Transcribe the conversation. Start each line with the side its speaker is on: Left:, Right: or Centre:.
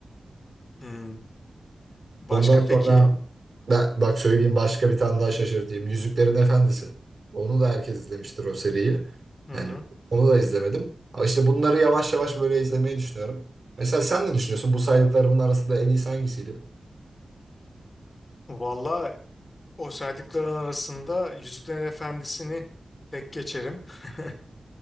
Left: hmm. Başka
Right: Ondan
Left: peki?
Right: sonra ben bak söyleyeyim başka bir tane daha şaşırtayım. Yüzüklerin Efendisi. Onu da herkes izlemiştir o seriyi.
Left: Hı
Right: Yani
Left: hı.
Right: onu da izlemedim. Ama işte bunları yavaş yavaş böyle izlemeyi düşünüyorum. Mesela sen ne düşünüyorsun? Bu saydıklarımın arasında en iyisi hangisiydi?
Left: Valla o saydıkların arasında Yüzüklerin Efendisi'ni tek geçerim. <laughs>